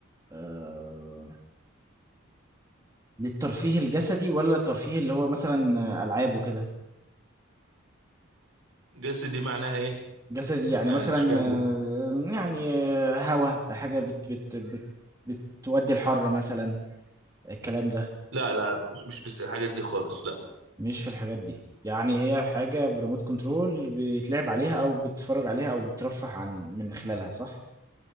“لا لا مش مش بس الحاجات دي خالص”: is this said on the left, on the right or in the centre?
Right